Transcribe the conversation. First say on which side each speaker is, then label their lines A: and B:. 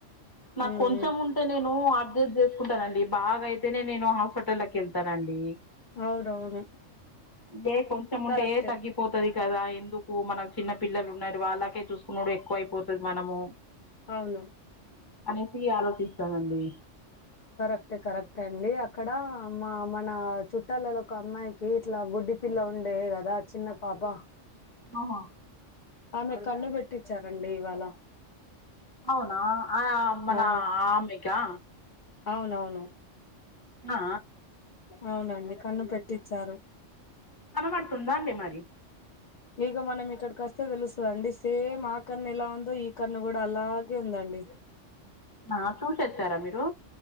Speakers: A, on the left (about 20°); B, on the left (about 50°).
A: నాకు
B: ఉమ్
A: కొంచెం
B: ఉమ్.
A: ఉం అయితే నేను అడ్జెస్ట్ చేసుకుంటానండి. బాగా అయితేనే నేను హాస్పిటల్ కి యెళ్తానండి.
B: అవునవును
A: ఏ కొంచెం ఉంటే
B: కరెక్టే
A: ఏ తగ్గి పోతుది కదా ఎందుకు మనకు చిన్న పిల్లలు ఉన్నారు. వాళ్ళకే చూసుకునుడు ఎక్కువ అయిపోతుంది. మనము
B: అవును,
A: అనేసి ఆలోచిస్తానండి.
B: కరెక్టే కరెక్టే అండి. అక్కడ మా మన చుట్టాలలో ఒక అమ్మాయికి ఇట్లా గుడ్డి పిల్ల ఉండే కదా, చిన్నపాప,
A: అవునా,
B: ఆమెకు కన్ను పెట్టిచారండి. ఇవాళ
A: అవునా, ఆ మన
B: ఆ
A: ఆమెకా
B: అవునవును
A: ఆ
B: అవునండి. కన్ను పెట్టించారు.
A: కనబడుతుందా, అండి మరి
B: ఇగ మనం ఇక్కడికి అస్తే తెలుస్తాదండి, సేమ్ ఆ కన్ను ఎలా ఉందో ఈ కన్ను కూడా అలాగే ఉందండి.
A: ఆ చూసి వచ్చారా మీరు